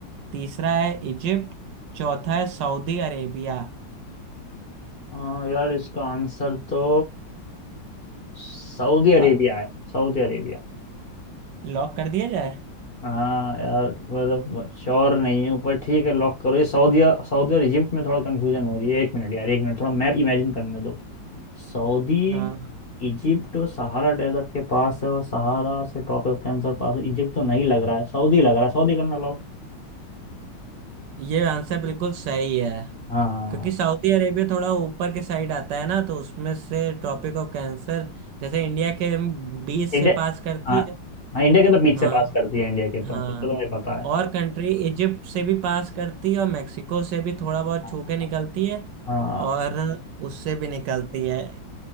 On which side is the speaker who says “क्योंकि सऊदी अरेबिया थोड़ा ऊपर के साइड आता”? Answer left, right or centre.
Right